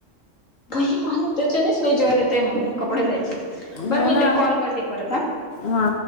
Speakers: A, on the left; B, on the left.
A: <unintelligible> त्याच्यास वेजवर येतय मग कपडे द्यायच
B: हो
A: बरं मी
B: ना
A: ताई कॉल करते परत हा.
B: हा.